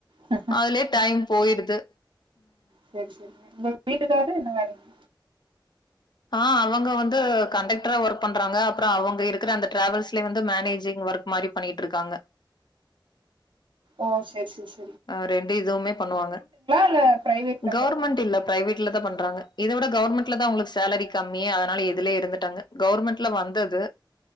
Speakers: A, on the right; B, on the left.
A: ம்
B: அதுலயே டைம் போயிடுது
A: செர் செரிங்க உங்க வீட்டுக்காரு என்ன வேலைக்
B: ஆ அவங்க வந்து கண்டக்டரா ஒர்க் பண்றாங்க அப்புறம் அவங்க இருக்கிற அந்த டிராவல்ஸ்லயே வந்து மேனேஜிங் ஒர்க் மாரி பண்ணிகிட்டுருக்காங்க
A: ஓ செர் செர் செ
B: அ ரெண்டு இதுவுமே பண்ணுவாங்க
A: இல்ல பிரைவேட் கண்டக்டருங்களா
B: கவுர்மெண்ட் இல்லப் பிரைவேட்ல தா பண்றாங்க இதவுட கவர்மெண்ட்ல தா அவங்களுக்கு சேலரி கம்மி அதனால இதுலயே இருந்துட்டாங்க கவர்மெண்ட்ல வந்தது